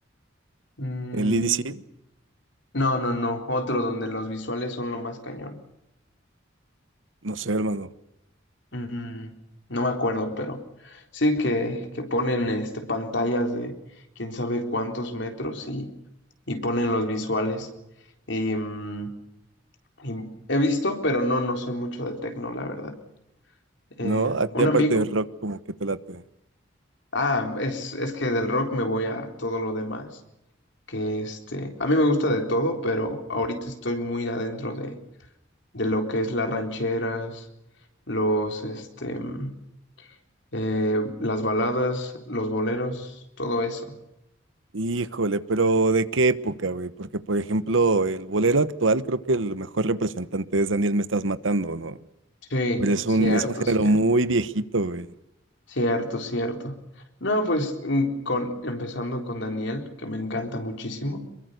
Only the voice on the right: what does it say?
el EDC?
No sé, hermano.
¿No? A ti
aparte
de rock como que te late.
Híjole, pero ¿de qué época, güey? Porque, por ejemplo, el bolero actual creo que el mejor representante es Daniel Me Estás Matando, ¿no?
Pero es un,
es un género
muy viejito, güey.